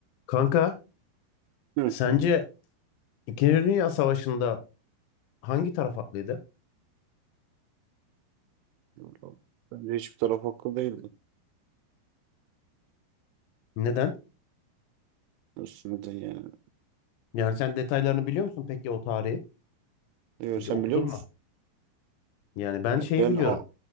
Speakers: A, on the left (about 85°); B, on the right (about 85°).
A: Kanka,
B: Evet.
A: sence İkinci Dünya Savaşı'nda hangi taraf haklıydı?
B: Vallahi Bence hiçbir taraf haklı değildi.
A: Neden?
B: Üstüne de yani.
A: Yani sen detaylarını biliyor musun peki o tarihi?
B: Yo,
A: Hiç
B: sen
A: okudun
B: biliyor musun?
A: mu? Yani ben
B: Ya
A: şeyi
B: ben
A: biliyorum.
B: a